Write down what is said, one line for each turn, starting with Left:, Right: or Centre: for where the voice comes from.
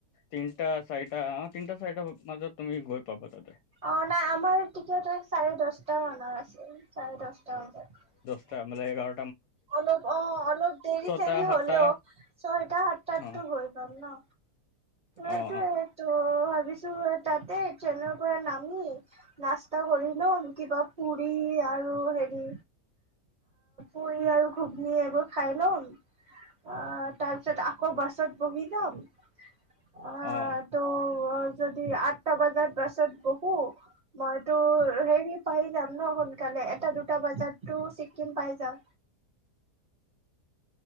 Left: তিনিটা চাৰিটা অ তিনিটা চাৰিটা মাজত তুমি গৈ পাবা তাতে
Right: অ নাই আমাৰ টিকট চাৰে দছটা মানৰ আছে চাৰে দহটা। <unintelligible>
Left: ত' মানে এঘাৰ
Right: অলপ অ' অলপ দেৰি
Left: ছটা
Right: চৰি হলেও,
Left: সাতটা
Right: ছয়টা সাতটা
Left: অ
Right: তো গৈ পাম ন।
Left: অ
Right: এইটোৱেটো।
Left: অ
Right: ‌ ভাবিছোঁ তাতে ট্ৰেইনৰ পৰা নামি নাছ তাৰ কৰি ল'ম কিবা পুৰি আৰু হেৰি পুৰি আৰু ঘুগনি এইবোৰ খাই ল'ম। অ' তাৰপিছত আকৌ বাছত বহিলাম আ,
Left: অ অ
Right: তো অ' যদি আঠটা বজাত বাছত বহোঁ মইতো হেৰি পাই যাম ন, সোনকালে এটা দুটা বজাতো ছিক্কিম পাই যাম।